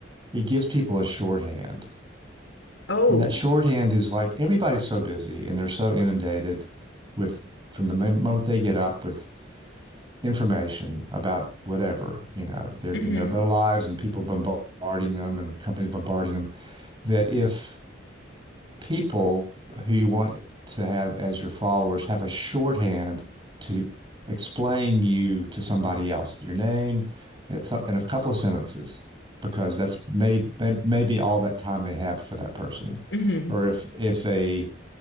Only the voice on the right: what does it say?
it gives people a shorthand.
And that shorthand is like everybody's so busy and they're so inundated with from the mom- moment they get up with information about whatever, you know, they're
in their little lives and people bombarding them and companies bombarding them that if people who you want to have as your followers have a shorthand to explain you to somebody else, your name, and so- in a couple of sentences, because that's may, may maybe all that time they have for that person.
Or if if a